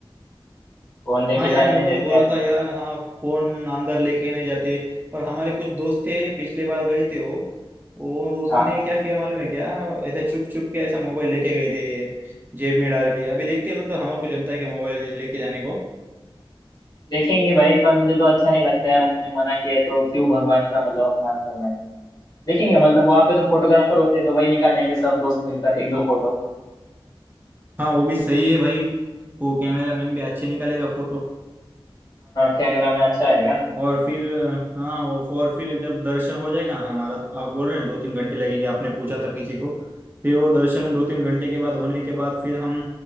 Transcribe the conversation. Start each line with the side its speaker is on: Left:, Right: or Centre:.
Left: फोन लेके
Right: हाँ
Left: जाने
Right: यार मेरे
Left: नहीं
Right: को
Left: देते
Right: भी बोला
Left: हैं
Right: था यार हाँ फोन अंदर लेके ही नहीं जाते और हमारे कुछ दोस्त थे पिछले बार गए थे वो वो उसने
Left: हाँ
Right: क्या किया मालूम है क्या ऐसे छुप छुप के ऐसा मोबाइल लेके गए थे जेब में डाल के अभी देखते हैं मतलब हमारे को जमता है क्या मोबाइल लेके जाने को
Left: देखेंगे भाई पर मुझे तो अच्छा नहीं लगता यार उन्होंने मना किया है तो क्यों भगवान का मतलब अपमान करना है देखेंगे मतलब वहाँ पे तो फोटोग्राफर होते हैं तो वही निकाल लेंगे सब दोस्त मिलकर एक दो फोटो
Right: हाँ वो भी सही है भाई वो कैमरा मैन भी अच्छे निकालेगा फोटो
Left: कैमरा में अच्छा आएगा ना
Right: और फिर हाँ वो और फिर जब दर्शन हो जाएगा ना हमारा तो आप बोल रहे हैं दो तीन घंटे लगेंगे आपने पूछा था किसी को फिर वो दर्शन दो तीन घंटे के बाद होने के बाद फिर हम